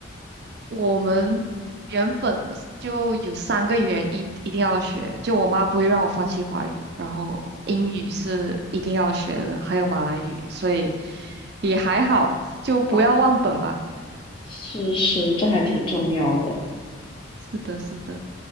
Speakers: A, on the right (about 50°); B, on the left (about 25°).
A: 我们原本的就有三个语言一一定要学，就我妈不会让我放弃华语，然后英语是一定要学的，还有马来语，所以也还好，就不要忘本吧。
B: 哦，是是，这还挺重要的。
A: 是的，是的，